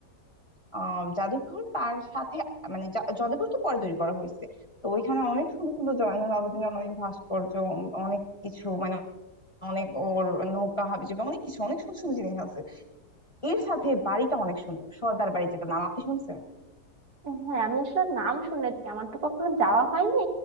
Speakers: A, on the left (about 20°); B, on the right (about 70°).
A: আহ জাদুঘর তার সাথে মানে জা- জাদুঘর তো পরে তৈরি করা হয়েছে তো ওইখানে অনেক সুন্দর সুন্দর জয়নুল আবেদিনের অনেক ভাস্কর্য উম, অনেক কিছু মানে অনেক ওর নৌকা হাবিজাবি অনেক কিছু অনেক সুন্দর সুন্দর জিনিস আছে এর সাথে বাড়িটা অনেক সুন্দর সর্দার বাড়ি যেটা নাম আপনি শুনছেন
B: হ্যাঁ আমি আসলে নাম শুনেছি আমার তো কখনো যাওয়া হয়নি